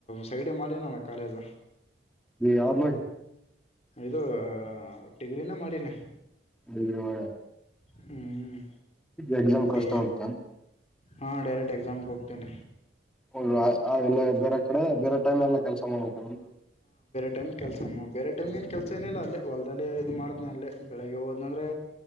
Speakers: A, on the left; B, in the centre.
A: ಸೈಡಿಗ್ ಮಾಡಿನಿ ಅಣ್ಣಾ ಕಾಲೇಜ್
B: ಯಾವ್ದ್ ಮಾಡಿ
A: ಇದು ಡಿಗ್ರಿನ ಮಾಡಿನಿ
B: ಅಂದ್ರ ಇವಾಗ
A: ಹ್ಮ್
B: ಎಕ್ಸಾಮ್
A: ಬಿ
B: ಕಷ್ಟಾ
A: ಎ
B: ಆಗ್ತೆನ್
A: ಹಾ ಡೈರೆಕ್ಟ್ ಎಕ್ಸಾಮ್ಗ ಹೋಗ್ತೇನ
B: ಹೌದ ಆ ಆ ಬೇರೆ ಕಡೆ ಬೇರೆ ಟೈಮೆಲ್ಲಾ ಕೆಲ್ಸಾ ಮಾಡ್ಬೇಕ್ ಏನ
A: ಟೈಮಿಗೆ ಕೆಲ್ಸ ಮ್ ಬೇರೆ ಟೈಮ್ಗೆನ್ ಕೆಲ್ಸಾ ಏನಿಲ್ಲಾ ಅಲ್ಲೆ ಹೊಲ್ದಲ್ಲಿ ಇದ ಮಾಡ್ತೀನ ಅಲ್ಲಿ ಬೆಳಿಗ್ಗೆ ಹೊದನಂದ್ರೆ